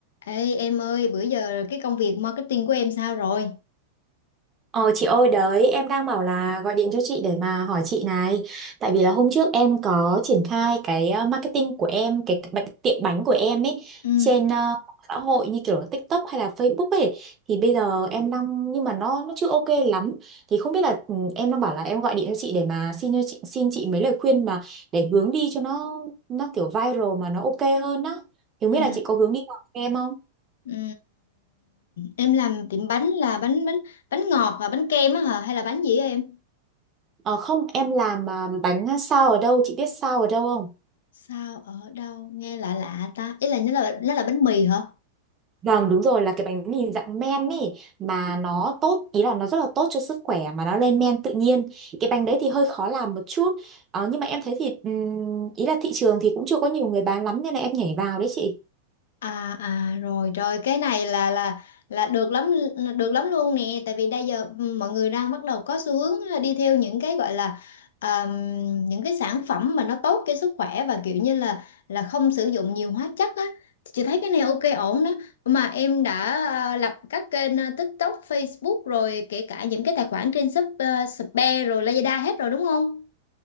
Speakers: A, on the left; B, on the right.
A: Ê em ơi, bữa giờ cái công việc marketing của em sao rồi?
B: Ờ chị ơi đấy em đang bảo là gọi điện cho chị để mà hỏi chị này Tại vì là hôm trước em có triển khai cái ờ, marketing của em Cái cái bánh- tiệm bánh của em ấy
A: Ừ,
B: Trên ờ, mạng xã hội như kiểu là TikTok hay là Facebook ấy Thì bây giờ em đang nhưng mà nó nó chưa ok lắm Thì không biết là ừ, em đang bảo là em gọi điện cho chị để mà xin cho chị, xin chị mấy lời khuyên mà Để hướng đi cho nó nó kiểu viral mà nó ok hơn á Thì không
A: ừ,
B: biết là chị có hướng đi nào cho em không?
A: ừ. Em làm tiệm bánh là bánh bánh bánh ngọt và bánh kem á hả? Hay là bánh gì á em?
B: Ờ không em làm ờ, bánh sao ở đâu chị biết sao ở đâu không?
A: Sao ở đâu nghe lạ lạ ta? Ý là nó là nó là bánh mì hả?
B: Vâng đúng rồi là cái bánh mì dạng men ấy mà nó tốt ý là nó rất là tốt cho sức khỏe mà nó lên men tự nhiên cái bánh đấy thì hơi khó làm một chút ờ, nhưng mà em thấy thì ừm, ý là thị trường thì cũng chưa có nhiều người bán lắm nên là em nhảy vào đấy chị
A: À à rồi rồi cái này là là là được lắm được lắm luôn nè tại vì bây giờ ừ, mọi người đang bắt đầu có xu hướng à, đi theo những cái gọi là um, những cái sản phẩm mà nó tốt cho sức khỏe và kiểu như là là không sử dụng nhiều hóa chất á chị thấy cái này ok ổn đó mà em đã à, lập các kênh à, TikTok, Facebook rồi kể cả những cái tài khoản trên Shop, uh, Shopee rồi Lazada hết rồi đúng không?